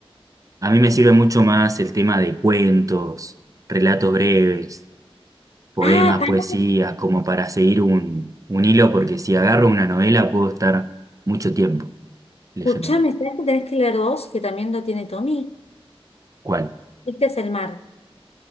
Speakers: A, on the right; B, on the left.
A: A mí me sirve mucho más el tema de cuentos, relatos breves, poemas,
B: Ah, pará.
A: poesías, como para seguir un, un hilo, porque si agarro una novela puedo estar mucho tiempo leyéndola.
B: Escuchame, ¿sabes que tenés que leer vos? Que también lo tiene Tommy.
A: ¿Cuál?
B: Este es el mar,